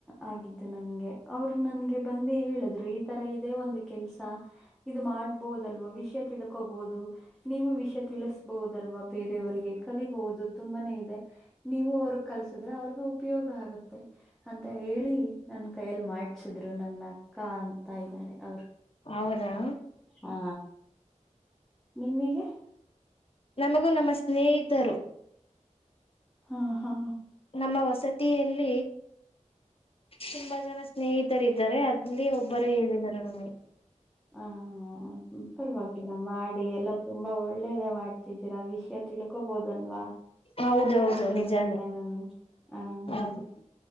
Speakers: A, in the centre; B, on the left (about 45°).
A: ಆಗಿದ್ದು ನನ್ಗೆ ಅವರು ನನ್ಗೆ ಬಂದೇ ಹೇಳಿದ್ರು ತರ ಇದೇ ಒಂದು ಕೆಲ್ಸ ಇದು ಮಾಡ್ಬಹದಲ್ವಾ ವಿಷಯ ತಿಡ್ಕೋಬಹುದು ನೀವು ವಿಷಯ ತಿಳಿಸಬಹುದಲ್ವಾ ಬೇರೆಯವರಿಗೆ ಕಲಿಬಹುದು ತುಂಬಾನೇ ಇದೆ ನೀವು ಅವ್ರಿಗೆ ಕಲ್ಸಿದ್ರೆ ಅವ್ರಿಗೆ ಉಪಯೋಗ ಆಗುತ್ತೆ ಅಂತ ಹೇಳಿ ನನ್ ಕೈಯಲ್ಲಿ ಮಾಡ್ಸಿದ್ರು ನನ್ನ ಅಕ್ಕ ಅಂತ ಇದ್ದಾರೆ ಅವರು
B: ಹೌದಾ
A: ಹಾ ನಿಮಗೆ
B: ನಮಗೂ ನಮ್ಮ ಸ್ನೇಹಿತರು
A: ಹಾ ಹಾ
B: ನಮ್ಮ ವಸತಿಯಲ್ಲಿ ತುಂಬಾ ಜನ ಸ್ನೇಹಿತರ ಇದ್ದಾರೆ ಅಲ್ಲಿ ಒಬ್ಬರು ಹೇಳಿದ್ದಾರೆ ನಮಗೆ
A: ಹ ಪರವಾಗಿಲ್ಲ ಮಾಡಿ ಎಲ್ಲಾ ತುಂಬಾ ಒಳ್ಳೇದ ಮಾಡ್ ಗತ್ತಿದ್ದೀರಾ ವಿಷಯ ತಿಳ್ಕೋಬೋದಲ್ವಾ
B: ಹೌದೌದು
A: ಎಲ್ರದಿಂದ
B: ನಿಜಾನೇ
A: ನಾನು ಹ
B: ಹೌದು